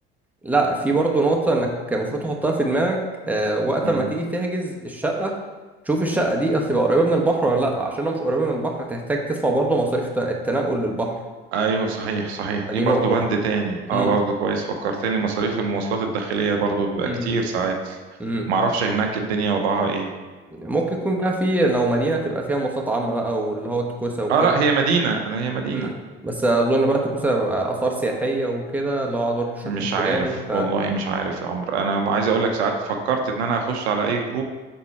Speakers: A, in the centre; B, on the right.
A: لا في برضو نقطة انك المفروض تحطها في دماغك آه، وقت
B: مم.
A: ما تيجي تحجز الشقة تشوف الشقة دي هتبقى قريبة من البحر ولا لا عشان لو مش قريبة من البحر هتحتاج تدفع برضو مصاريف الت- التنقل للبحر
B: ايوه صحيح صحيح
A: فدي
B: دي برضو
A: نقطة
B: بند
A: برضو
B: تاني اه
A: امم
B: برضو كويس فكرتني مصاريف المواصلات الداخلية برضو بيبقى
A: امم
B: كتير ساعات
A: امم
B: معرفش هناك الدنيا وضعها ايه
A: ممكن يكون بقى في لو مدينة تبقى فيها مواصلات عامة بقى واللي هو توكوسة وكده
B: اه لا هي مدينة انا هي مدينة
A: امم بس اظن بقى توكوسة بقى آثار سياحية وكده لو عايز اروح الشط
B: مش
A: الفلاني
B: عارف
A: ف
B: والله مش عارف يا عمرو انا عايز اقول لك ساعات فكرت ان انا اخش على اي جروب